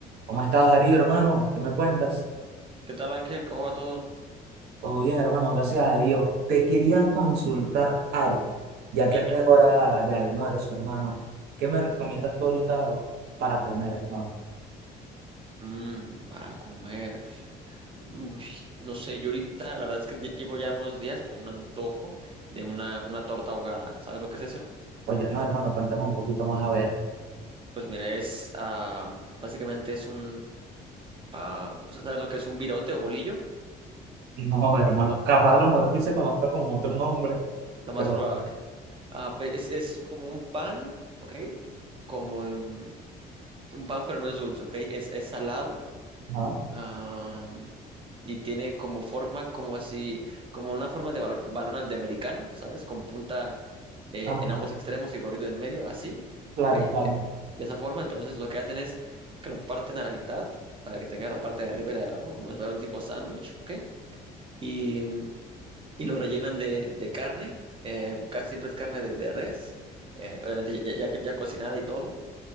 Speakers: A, on the right (about 75°); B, on the right (about 30°).
A: ¿Cómo estás, Darío, hermano? ¿Qué me cuentas?
B: ¿Qué tal, Ángel? ¿Cómo va todo?
A: Todo bien, hermano, gracias a Dios. Te quería consultar algo, ya
B: Dime.
A: que acá es hora de almuerzo, hermano. ¿Qué me recomiendas tú ahorita para comer, hermano?
B: Mm, para comer. Uy, no sé, yo ahorita, la verdad es que lle- llevo ya unos días con un antojo de una, una torta ahogada. ¿Sabes lo que es eso?
A: Oye, no, hermano, cuéntame un poquito más a ver.
B: Pues mira, es, ah, básicamente es un, ah, ¿sabes lo que es un virote o bolillo?
A: <laughs> No, hermano, capaz a lo mejor aquí se conozca como otro nombre,
B: Lo
A: pero...
B: más probable. Ah, pues es, es como un pan, ¿ok? Como mm, un pan, pero no es dulce, ¿ok? Es, es salado
A: Ajá,
B: Am, y tiene como forma, como si, como una forma de bal- balón de americano, ¿sabes? Con punta eh,
A: ajá,
B: en ambos extremos y gorrito en medio, así,
A: claro,
B: ¿ok?
A: claro.
B: De, de esa forma, entonces lo que hacen es que lo parten a la mitad para que tengas la parte de arriba y la de abajo, como si fuera un tipo sándwich, ¿ok? Y, mm, y lo rellenan de, de carne, eh, casi siempre es carne de, de res, eh, obviamente ya, ya, ya cocinada y todo